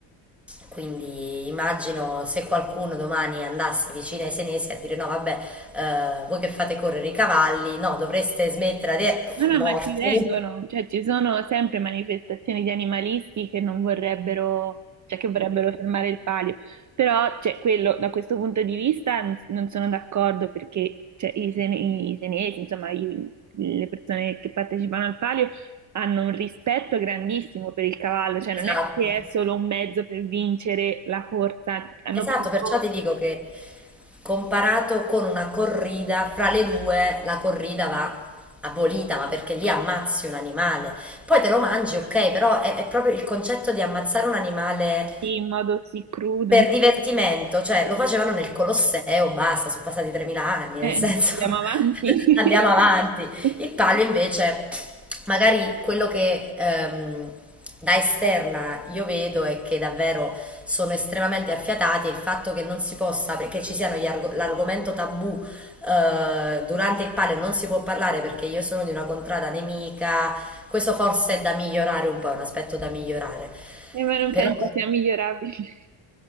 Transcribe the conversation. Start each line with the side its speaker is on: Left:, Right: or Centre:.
Centre: Quindi immagino se qualcuno domani andasse vicino ai senesi a dire no, vabbè, eh, voi che fate correre i cavalli, no, dovreste smettere di...
Right: No, no,
Centre: morto.
Right: ma ci vengono, cioè ci sono sempre manifestazioni di animalisti che non vorrebbero, cioè che vorrebbero fermare il palio, però cioè, quello, da questo punto di vista n- non sono d'accordo perché cioè, i, sen- i senesi, insomma i- le persone che partecipano al palio hanno un rispetto grandissimo per il cavallo, cioè non
Centre: Esatto.
Right: è che è solo un mezzo per vincere la corsa, hanno
Centre: Esatto,
Right: proprio
Centre: perciò ti dico che comparato con una corrida, fra le due la corrida va abolita, ma perché lì ammazzi un animale. Poi te lo mangi, ok, però è, è proprio il concetto di ammazzare un animale
Right: in modo così crudo,
Centre: per divertimento, cioè lo facevano nel Colosseo, basta, sono passati 3000 anni,
Right: eh,
Centre: nel senso
Right: andiamo avanti.
Centre: <laughs> andiamo avanti.
Right: <laughs>
Centre: Il palio invece, magari quello che ehm, da esterna io vedo è che davvero sono estremamente affiatati e il fatto che non si possa, che ci siano gli argo- l'argomento tabù eh, durante il palio non si può parlare perché io sono di una contrada nemica, questo forse è da migliorare un po', è un aspetto da migliorare.
Right: Eh, ma non
Centre: Però
Right: penso sia migliorabile. <laughs>